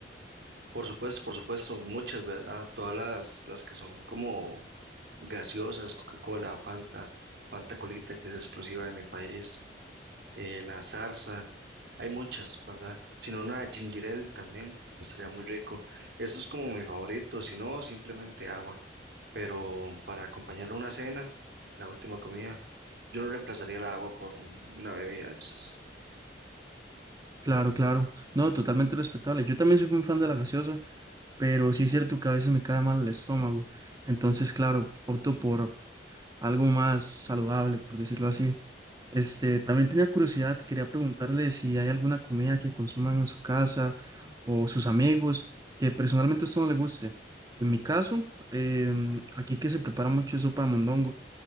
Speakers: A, on the right; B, on the right.
A: Por supuesto, por supuesto, muchas, ¿verdad? Todas las, las que son como gaseosas, Coca-Cola, Fanta, Fanta Colita, que es exclusiva de mi país. eh, la zarza, hay muchas, ¿verdad? Si no, una ginger ale también estaría muy rico. Eso es como mi favorito, si no, simplemente agua. Pero para acompañar una cena, la última comida, yo no reemplazaría la agua por un- una bebida de esas.
B: Claro, claro. No, totalmente respetable. Yo también soy un fan de la gaseosa, pero sí es cierto que a veces me cae mal el estómago. Entonces, claro, opto por algo más saludable, por decirlo así. Este, también tenía curiosidad, quería preguntarle si hay alguna comida que consuman en su casa o sus amigos, que personalmente a usted no le guste. En mi caso, em, aquí que se prepara mucho es sopa de mondongo.